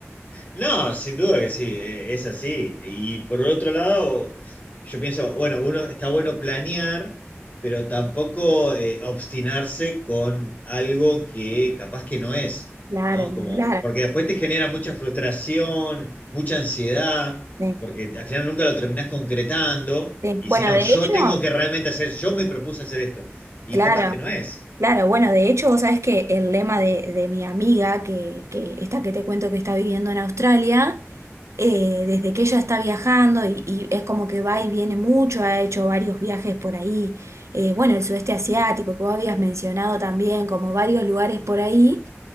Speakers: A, on the left; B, on the right.
A: No, sin duda que sí, eh, es así. Y por otro lado, yo pienso, bueno, uno está bueno planear, pero tampoco eh, obstinarse con algo que capaz que no es,
B: Claro,
A: ¿no?
B: ni
A: Como,
B: hablar.
A: porque después te genera mucha frustración, mucha ansiedad,
B: Sí.
A: porque al final nunca lo terminás concretando.
B: Sí.
A: Y
B: Bueno,
A: si no,
B: de
A: yo
B: hecho,
A: tengo que realmente hacer, yo me propuse hacer esto. Y
B: claro,
A: capaz que no es.
B: claro, bueno, de hecho, vos sabés que el lema de, de mi amiga, que, que esta que te cuento que está viviendo en Australia, eh, desde que ella está viajando y, y es como que va y viene mucho, ha hecho varios viajes por ahí, eh, bueno, el sudeste asiático, que vos habías mencionado también, como varios lugares por ahí.